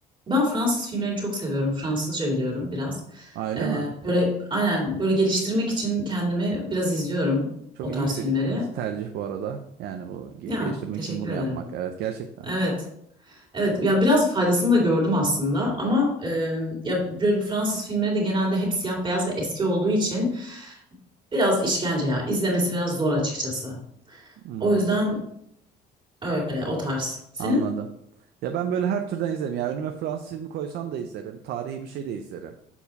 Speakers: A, on the right; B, on the right.
A: ben Fransız filmlerini çok seviyorum. Fransızca biliyorum biraz.
B: Ha, öyle
A: Ee,
B: mi?
A: böyle aynen böyle geliştirmek için kendimi biraz izliyorum
B: Çok
A: o
B: iyi
A: tarz
B: bir
A: filmleri.
B: tercih bu arada. Yani bu ge-
A: Ya
B: geliştirmek
A: teşekkür
B: için bunu
A: ederim.
B: yapmak. Evet gerçekten.
A: Evet. Evet ya biraz faydasını da gördüm aslında ama e, ya böyle Fransız filmleri de genelde hep siyah beyaz ve eski olduğu için biraz işkence ya izlemesi biraz zor açıkçası.
B: Hmm,
A: O yüzden öyle o tarz. Senin?
B: anladım. Ya ben böyle her türden izlerim. Ya önüme Fransız filmi koysan da izlerim. Tarihi bir şey de izlerim.